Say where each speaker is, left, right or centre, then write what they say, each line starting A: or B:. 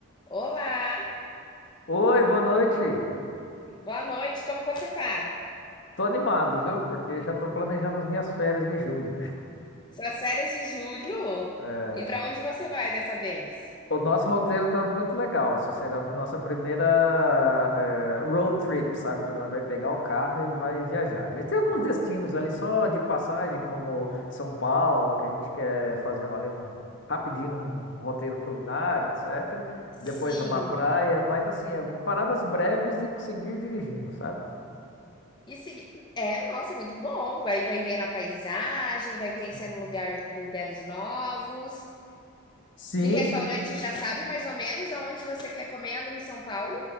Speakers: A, on the left; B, on the left.
A: Olá,
B: Oi, boa noite.
A: boa noite, como você tá?
B: Tô animado, viu? Porque já tô planejando as minhas férias de julho.
A: Suas férias de julho?
B: É,
A: E pra onde você vai dessa vez?
B: O nosso roteiro tá muito legal. Assim, será a nossa primeira é, road trip, sabe? Nós Vai pegar o carro e vai viajar. A gente tem alguns destinos ali só de passagem, como São Paulo, que a gente quer fazer ali um rapidinho um roteiro culinário, etc. Depois
A: Sim.
B: uma praia, mas assim, é paradas breves e seguir dirigindo, sabe?
A: E segui... É, nossa, é muito bom. Vai, vai vendo a paisagem, vai conhecendo
B: Sim.
A: lugar, lugares novos.
B: Sim,
A: De restaurante já sabe mais ou menos aonde você quer comer ali em São Paulo?